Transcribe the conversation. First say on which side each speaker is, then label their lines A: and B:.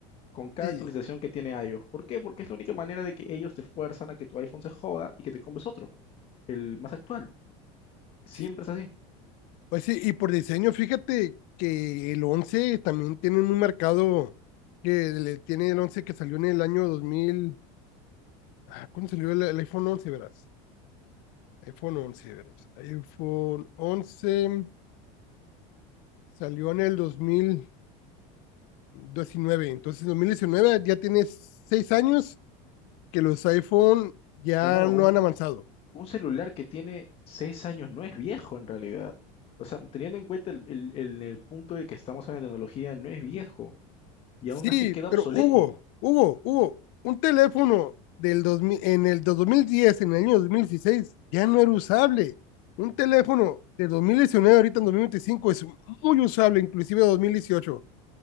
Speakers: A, on the left; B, on the left.
A: con cada
B: Sí,
A: actualización que tiene iOS. ¿Por qué? Porque es la única manera de que ellos te fuerzan a que tu iPhone se joda y que te compres otro, el más actual. Siempre
B: sí.
A: es así.
B: Pues sí, y por diseño, fíjate que el 11 también tiene un mercado que le tiene el 11 que salió en el año dos mil Ah, ¿Cuándo salió el, el iPhone 11, verás? iPhone 11, verás. iPhone 11 salió en el dos mil diecinueve. Entonces, en 2019 ya tiene seis años que los iPhone ya
A: Hermano,
B: no
A: un,
B: han avanzado.
A: un celular que tiene 6 años no es viejo en realidad. O sea, teniendo en cuenta el, el el- el punto de que estamos en la tecnología, no es viejo y
B: Sí,
A: aún así queda
B: pero
A: obsoleto.
B: Hugo, Hugo, Hugo, un teléfono del 2000 en el 2010 en el año 2016 ya no era usable. Un teléfono del 2019 ahorita en 2025 es muy usable, inclusive 2018.